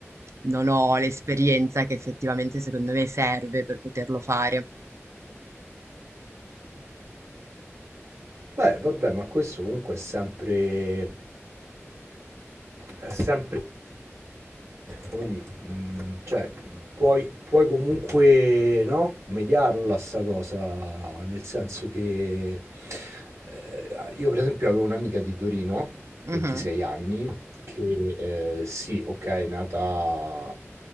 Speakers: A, on the right; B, on the right.
A: Non ho l'esperienza che effettivamente secondo me serve per poterlo fare.
B: Beh, vabbè, ma questo comunque è sempre... è sempre... come dire, mh, cioè, mh, puoi, puoi comunque, no? Mediarla sta cosa, nel senso che... eh, io per esempio avevo un'amica di Torino,
A: Mhm,
B: 26 anni, che eh, sì, ok, è nata